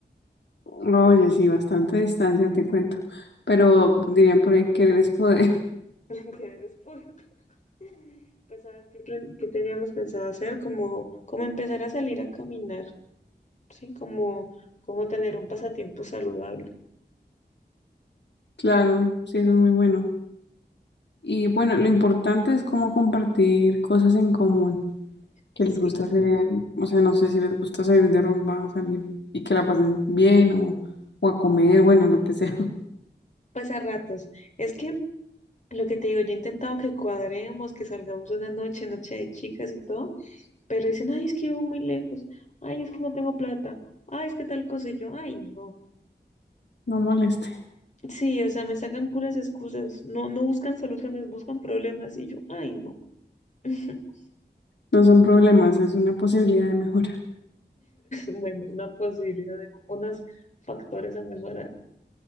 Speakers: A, on the left; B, on the left.
A: No, Oye, sí, bastante distancia, te cuento. Pero dirían por ahí querer es poder. <laughs>
B: <laughs> En Kennedy es Puebla. <laughs> Pues sabes qué, plan- qué teníamos pensado hacer, como, como empezar a salir a caminar, ¿sí? Como, como tener un pasatiempo saludable.
A: Claro, sí, eso es muy bueno. Y bueno, lo importante es cómo compartir cosas en común, que
B: Sí,
A: les gusta hacer, o sea, no sé si les gusta salir de rumba, salir y que la pasen bien o, o a comer, bueno, lo que sea. <laughs>
B: pues a ratos. Es que lo que te digo, yo he intentado que cuadremos, que salgamos una noche, noche de chicas y todo. Pero dicen, ay, es que vivo muy lejos, ay, es que no tengo plata, ay, es que tal cosa, y yo, ay, no.
A: No moleste,
B: Sí, o sea, me sacan puras excusas, no, no buscan soluciones, buscan problemas, y yo, ay, no. <laughs>
A: no son problemas, es una posibilidad de mejora.
B: Bueno, una posibilidad de unos factores a mejorar.